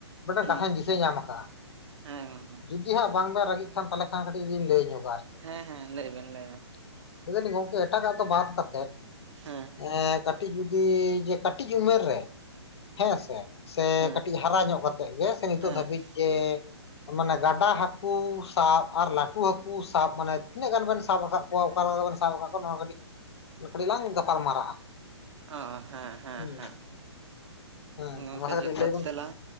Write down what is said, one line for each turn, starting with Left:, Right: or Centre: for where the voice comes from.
Left: ᱢᱤᱫᱴᱟᱝ
Right: ᱦᱩᱸ
Left: ᱠᱟᱛᱷᱟᱧ ᱫᱤᱥᱟᱹ ᱧᱟᱢ ᱟᱠᱟ ᱜᱼᱟ
Right: ᱦᱮᱸ
Left: ᱡᱩᱫᱤ ᱦᱟᱸᱜ ᱵᱟᱝ ᱵᱮᱱ ᱨᱟᱹᱜᱤᱜ? ᱠᱷᱟᱱ ᱛᱟᱞᱦᱮ ᱠᱷᱟᱱ ᱠᱟᱹᱴᱤᱡ ᱞᱤᱧ ᱞᱟᱹᱭ ᱧᱚᱜᱼᱟ ᱟᱨ ᱪᱮᱜ
Right: ᱦᱮᱸ
Left: ᱾
Right: ᱦᱮᱸ ᱞᱟᱹᱭ ᱵᱮᱱ ᱞᱟᱹᱭ ᱵᱮᱱ
Left: ᱞᱟᱹᱭ ᱫᱟᱞᱤᱧ ᱜᱚᱝᱠᱮ ᱮᱴᱟᱜᱟᱜ ᱫᱚ ᱵᱟᱫᱽ ᱠᱟᱛᱮᱫ,
Right: ᱦᱮᱸ
Left: ᱮᱸ ᱠᱟᱴ ᱴᱤᱡ ᱡᱩᱫᱤ ᱡᱮ ᱠᱟᱹᱴᱤᱡ ᱩᱢᱮᱹᱨ ᱨᱮ ᱦᱮᱸ ᱥᱮ, ᱥᱮ
Right: ᱦᱮᱸ
Left: ᱠᱟᱹᱴᱤᱡ ᱦᱟᱨᱟ ᱧᱚᱜ ᱠᱟᱛᱮᱜ ᱜᱮ ᱥᱮ ᱱᱤᱛᱚᱜ
Right: ᱦᱮᱸ
Left: ᱫᱷᱟᱹᱵᱤᱡ ᱜᱮ ᱢᱟᱱᱮ ᱜᱟᱰᱟ ᱦᱟᱠ ᱠᱩ ᱥᱟᱵ ᱟᱨ ᱞᱟᱹᱴᱩ ᱦᱟᱹᱠᱩ ᱥᱟᱵ ᱢᱟᱱᱮ ᱛᱤᱱᱟᱹᱜ ᱜᱟᱱ ᱵᱮᱱ ᱥᱟᱵ ᱟᱠᱟᱫ ᱠᱚᱣᱟ ᱚᱠᱟ ᱞᱮᱠᱟ ᱵᱮᱱ ᱥᱟᱵ ᱟᱠᱟᱫ ᱠᱚᱣᱟ ᱱᱚᱣᱟ ᱠᱟᱹᱴᱤᱡ ᱠᱟᱹᱴᱤᱡ ᱞᱟᱝ ᱜᱟᱯᱟᱞ ᱢᱟᱨᱟᱜᱼᱟ,
Right: ᱚ ᱦᱮᱸ ᱦᱮᱸ
Left: ᱦᱩᱸ
Right: ᱦᱮᱸ
Left: ᱦᱮᱸ
Right: ᱜᱚᱝᱠᱮ
Left: ᱢᱟᱥᱮ ᱠᱟᱹᱴᱤᱡ
Right: ᱡᱚᱛᱷᱟᱛ
Left: ᱞᱟᱹᱭ ᱵᱮᱱ
Right: ᱛᱮᱞᱟ